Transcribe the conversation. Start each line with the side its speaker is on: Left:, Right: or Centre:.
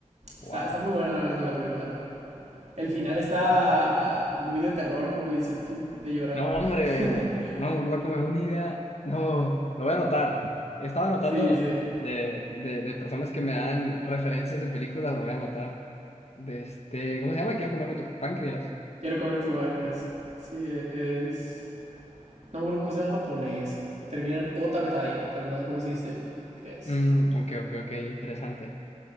Left: Wow.
Right: Está, está muy buena la neta la película. El final está muy de terror, como dices tú, de llorar.
Left: No, hombre.
Right: <laughs>
Left: No, loco, me da una idea. No, lo voy a anotar. Estaba anotando
Right: sí, sí.
Left: de, de, de personas que me dan referencias de películas, lo voy a anotar. De este, ¿cómo se llama? Quiero comerme tu páncreas.
Right: Quiero comer tu banqués. Sí, e- es... No me acuerdo cómo se llama en japonés. Terminan otabetai, pero no sé cómo se dice pancreas.
Left: Mm, ok, ok, ok, interesante.